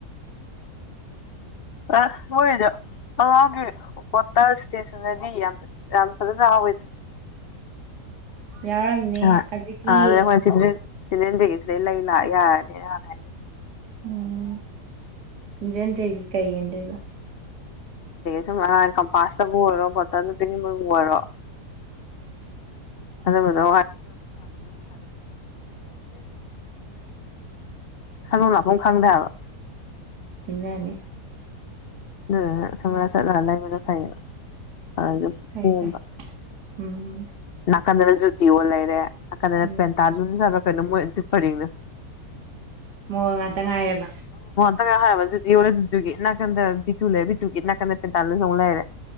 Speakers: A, on the left; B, on the right.
A: ꯑ ꯍꯣꯏꯗ <unintelligible> ꯕꯣꯇꯜ ꯏꯁꯇꯦꯁꯟꯅꯔꯤ ꯌꯥꯝ ꯌꯥꯝ ꯐꯖꯅ ꯍꯥꯎꯋꯦꯗ
B: ꯌꯥꯎꯔꯝꯅꯤ
A: ꯑ
B: ꯑꯗꯒꯤ
A: ꯑ ꯑꯗꯨ ꯀꯆꯦ ꯁꯤꯅꯦꯦꯟꯗꯒꯤꯒꯤ ꯁꯤꯗꯩ ꯂꯩ ꯂꯥꯛ ꯌꯥꯔꯅꯤꯅ ꯍꯥꯟꯅ ꯍꯥꯏꯕꯦ
B: ꯎꯝ ꯏꯒꯤ ꯀꯩ ꯌꯦꯗꯕ
A: ꯁꯨꯝꯥꯡ ꯀꯝꯄꯥꯁꯇꯕꯨ ꯑꯣꯏꯔꯣ ꯕꯣꯇꯜꯗ ꯄꯤꯅꯤꯡꯕꯕꯨ ꯑꯣꯏꯔꯣ ꯑ ꯃꯗꯗꯤ ꯈꯩꯅꯣ ꯂꯥꯛꯐꯝ ꯈꯪꯗ꯭ꯔꯦꯕ
B: ꯑꯦꯅꯥꯅꯦ
A: ꯑꯗꯨ ꯁꯝ ꯆꯠꯂꯒ ꯂꯩꯕꯅ ꯐꯩꯌꯦꯕ ꯐꯁꯦ
B: ꯐꯩ
A: ꯀꯣꯝꯕ
B: ꯐꯩ ꯎꯝ
A: ꯅꯥꯀꯟꯗꯅ ꯖꯨꯇꯤ ꯑꯣ ꯂꯩꯔꯦ ꯅꯥꯀꯟꯗꯅ
B: ꯎꯝ
A: ꯄꯦꯟꯇꯥꯖꯨꯔꯛ ꯀꯅꯗꯤ ꯐꯔꯅ
B: ꯃꯑꯣ ꯉꯥꯛꯇ ꯉꯥꯏꯦꯕ
A: ꯑ ꯍꯥꯏꯥꯟꯕ ꯖꯨꯗꯤ ꯌꯣꯂꯦ ꯖꯗꯨꯒꯤ ꯅꯥꯀꯟꯗ ꯕꯤꯇꯨ ꯂꯩꯔ ꯕꯤꯇꯨꯒꯤ ꯅꯥꯀꯟꯗ ꯇꯦꯟꯇꯥꯜ ꯁꯣꯡꯛ ꯂꯩꯔꯦ